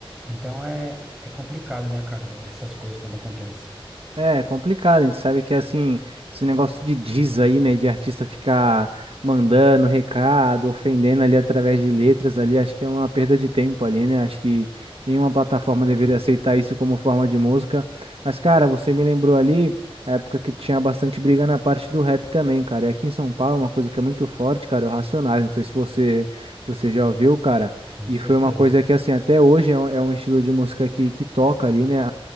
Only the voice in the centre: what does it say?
Então, é, é complicado, né, cara? Essas coisas quando acontecem.
Hum.
Com
certeza.